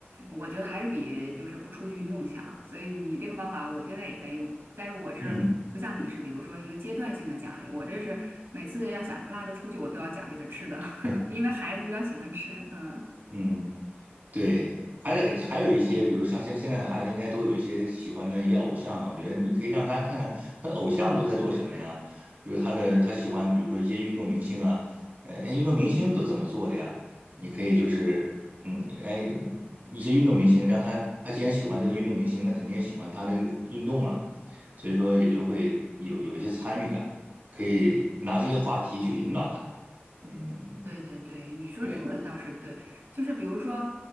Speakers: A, on the right; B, on the right.
A: 我觉得还是比就是不出去运动强，所以你这个方法我现在也在用，但是我是不像你是，
B: 嗯，
A: 比如说一个阶段性的奖励，我这是每次要想拉他出去，我都要奖励他吃的，
B: 对，
A: <laughs> 因为孩子比较喜欢吃，嗯。
B: 嗯。对，还得还有一些，比如像现现在的孩子，应该都有一些喜欢的一些偶像啊。我觉得你可以让他看看他的偶像都在做什么呀，比如他的他喜欢，比如说一些运动明星啊，呃，哎运动明星都怎么做的呀？你可以就是，嗯，哎，一些运动明星，让他他既然喜欢这个运动明星，那肯定也喜欢他的运动啊，所以说也就会有有一些参与感，可以拿这些话题去引导他。嗯，
A: 对对对，你说这个倒是对，
B: 对。
A: 就是比如说，